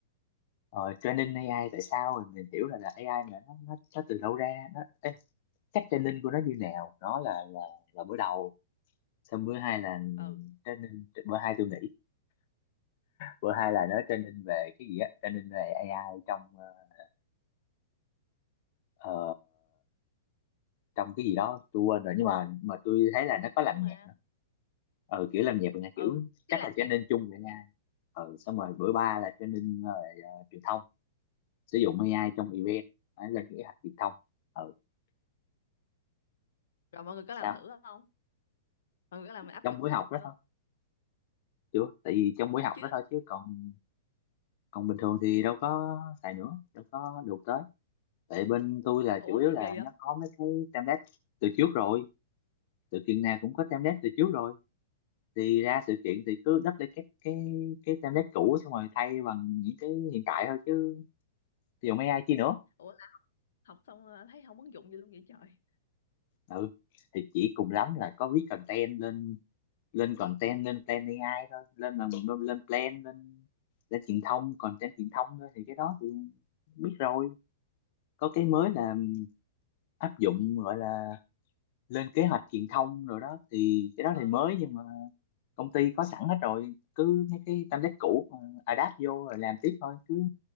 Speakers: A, on the left; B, on the left.
A: rồi training AI tại sao rồi mình hiểu là là AI mà nó nó, nó từ đâu ra nó em, cách training của nó như nào nó là là là bữa đầu xong bữa hai là
B: ừ
A: training bữa hai tôi nghĩ bữa hai là nó training về cái gì á training về AI trong ờ, ờ, trong cái gì đó tôi quên rồi nhưng mà mà tôi thấy là nó có làm
B: nhưng mà
A: nhạc nữa ờ kiểu làm nhạc là
B: ừ
A: kiểu chắc
B: thế là
A: là training
B: nè
A: chung với AI ờ xong rồi bữa ba là training rồi ờ, ờ, truyền thông sử dụng AI trong event phải lên cái học truyền thông ờ
B: rồi mọi người có
A: sao
B: làm thử không mọi người có làm áp
A: trong
B: dụng
A: buổi
B: thử
A: học đó
B: chưa
A: thôi chưa tại vì trong buổi học
B: chứ
A: đó thôi chứ còn còn bình thường thì đâu có xài nữa đâu có được tới tại bên tôi là
B: ủa
A: chủ yếu
B: gì
A: là
B: kỳ vậy
A: nó có mấy cái template từ trước rồi từ Kiên Nam cũng có template từ trước rồi thì ra sự kiện thì cứ đắp lại cái cái cái template cũ xong rồi thay bằng những cái hiện tại thôi chứ dùng AI chi nữa
B: ủa là học xong ờ, thấy không ứng dụng gì luôn vậy trời
A: ừ thì chỉ cùng lắm là có viết content lên lên content lên plan AI thôi lên là lên, lên plan lên lên truyền thông content truyền thông thôi thì cái đó thì biết rồi có cái mới là áp dụng gọi là lên kế hoạch truyền thông rồi đó thì cái đó
B: ừ
A: thì mới nhưng mà công ty có sẵn hết rồi cứ mấy cái template cũ mà adapt vô rồi làm tiếp thôi cứ